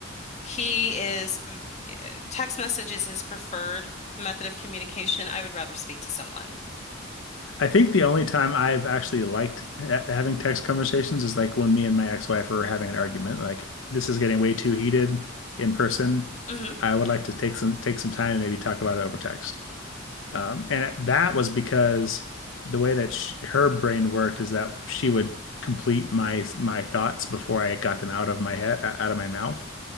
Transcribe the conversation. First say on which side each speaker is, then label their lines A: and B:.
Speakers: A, on the left (about 35°); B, on the left (about 80°).
A: He is, text message is his preferred method of communication. I would rather speak to someone.
B: I think the only time I've actually liked ha having text conversations is like when me and my ex-wife were having an argument. Like this is getting way too heated in person.
A: hmm
B: I would like to take some take some time and maybe talk about it over text. Um, and that was because the way that sh her brain worked is that she would complete my my thoughts before I got them out of my head, out of my mouth,